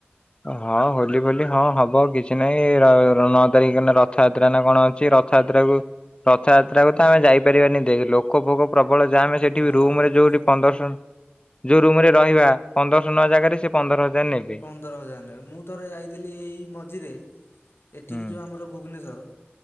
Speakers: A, on the left (about 25°); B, on the left (about 75°).
A: ହଁ, ହୋଲି ଫୋଲି, ହଁ ହବ, କିଛି ନହିଁ, ର ର ନଅ ତାରିଖ ଦିନ ରଥଯାତ୍ରା ନା କଣ ଅଛି। ର ରଥଯାତ୍ରାକୁ ରଥଯାତ୍ରାକୁ ତ ଆମେ ଯାଇପାରିବାନି ଦେଖ୍, ଲୋକ ଫୋକ ପ୍ରବଳ ଜାମ, ସେଠି
B: ହଁ
A: ବି ରୁମରେ
B: ଲୋକ
A: ଯୋଉଠି
B: ହୁଁ
A: ପନ୍ଦର ଶହ, ଯୋଉ ରୁମରେ ରହିବା ପନ୍ଦରଶହ ନବା ଜାଗାରେ ସେ ପନ୍ଦର ହଜାର ନେବେ।
B: ପନ୍ଦର ହଜାର ନେବେ। ମୁଁ ଥରେ ଯାଇଥିଲି, ଏଇ ମଝିରେ। ଏଠିକି
A: ହୁଁ
B: ଯୋଉ ଆମର ଭୁବନେଶ୍ୱର,